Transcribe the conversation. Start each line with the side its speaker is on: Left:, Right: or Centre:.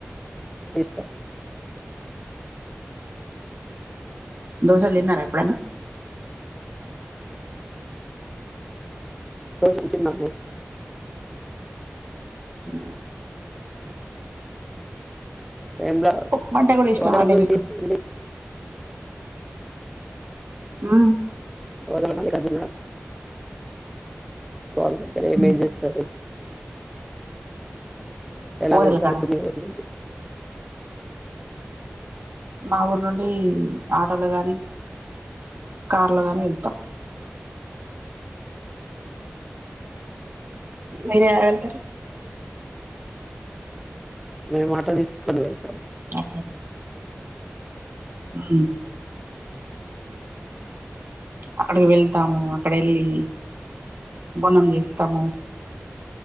Centre: ఇ
Right: దోశ తిన్నారా ఎప్పుడనా
Centre: దోశలు తిన్నాము
Right: ఉ
Centre: న
Right: ఉప్మా అంటే కూడా ఇష్టమా
Centre: దల
Right: అండి మీకు ఆ
Centre: వదల మిక అజ స్వామి అంటారు
Right: మ్మ్
Centre: ఏమేం చేస్తారు ఎలాగ
Right: ఓదెల
Centre: జరుగే
Right: కాడ
Centre: ఉండి
Right: మా ఊరు నుండి ఆటోలు గాని కాార్లోగానే వెళతా మీర ఎ వెళ్తారు
Centre: మేము మాట తీసుకొని వెళ్తాం
Right: ఆ హ అక్కడికి వెళ్తాము అక్కడ వెళ్ళి బొన్నం చేస్తాము